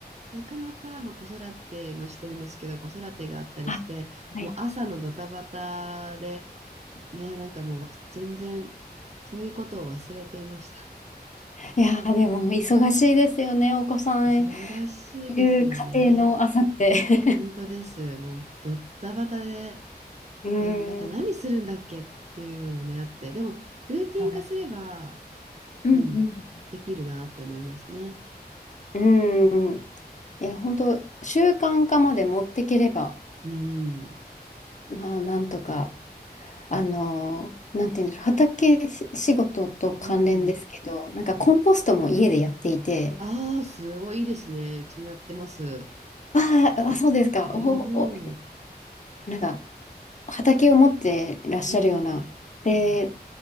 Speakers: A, on the right (about 40°); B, on the left (about 45°).
A: なかなか、まあ、子育てもしてるんですけど、子育てがあったりして、
B: あはい
A: もう朝のドタバタで、ね、なんかもう全然そういうことを忘れていました。
B: いやー、でも、忙しいですよね。お子さん
A: 忙しいですよね。
B: いる家庭の朝って。
A: 本当です。もうドタバタで、
B: <laughs> うん。
A: ね、なんか何するんだっけっていうのがね、
B: は
A: あって、でもルーティン化すれば、
B: いうん
A: うん、できるなって思いますね。
B: うん。うん。いや、本当習慣化まで持ってければ、
A: うん。
B: まあ、なんとか。あの、なんて言うんでしょう、畑し仕事と関連ですけど、
A: うん。
B: なんかコンポストも家でやっていて、
A: ああ、すごいいいですね。うちもやってます。
B: あーあ、そうですか、
A: やっぱり、
B: おお、
A: うん。
B: なんか畑を持ってらっしゃるような、
A: ええええ、
B: で、
A: うん。